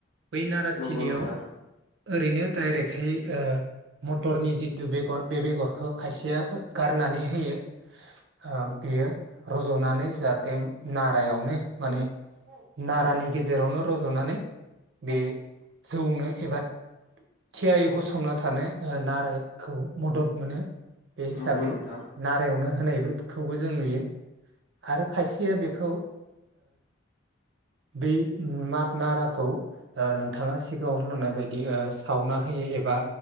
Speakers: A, on the right (about 65°); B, on the left (about 50°).
A: बै नाराथिलियाव
B: नंगौ नोंथां
A: ओरैनो डायरेकहै ओ मटरनि जिथु बेगर बे बेगरखौ खायसेया ओ गारनानै होयो ओ बेयो रज'नानै जाहाथे नारायावनो माने नारानि गेजेरावनो रज'नानै बे जौनो एबा थियायै गसंना थानो ओ नारोखौ मदद मोनो। बे हिसाबै
B: नंगौ नोंथां
A: नारायावनो होनायखौबो जों नुयो आरो खायसेया बेखौ बै नाराखौ नोंथाङा सिगाङाव होनलांनाय बायदि सावना होयो एबा